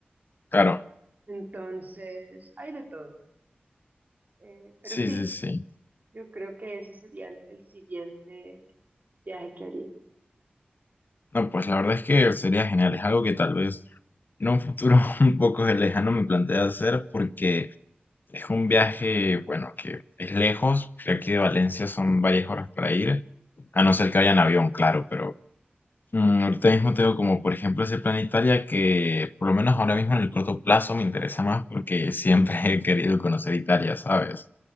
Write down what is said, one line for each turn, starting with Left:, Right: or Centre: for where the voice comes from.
Left: Claro,
Right: Entonces, hay de todo. Eh, pero
Left: sí,
Right: sí,
Left: sí, sí.
Right: yo creo que ese sería el, el siguiente viaje que haría.
Left: No, pues la verdad es que sería genial, es algo que tal vez en un futuro <laughs> un poco lejano me plantea hacer, porque Es un viaje, bueno, que es lejos. De aquí de Valencia son varias horas para ir. A no ser que vaya en avión, claro, pero mm, ahorita mismo tengo como, por ejemplo, ese plan Italia que por lo menos ahora mismo en el corto plazo me interesa más porque siempre <laughs> he querido conocer Italia, ¿sabes?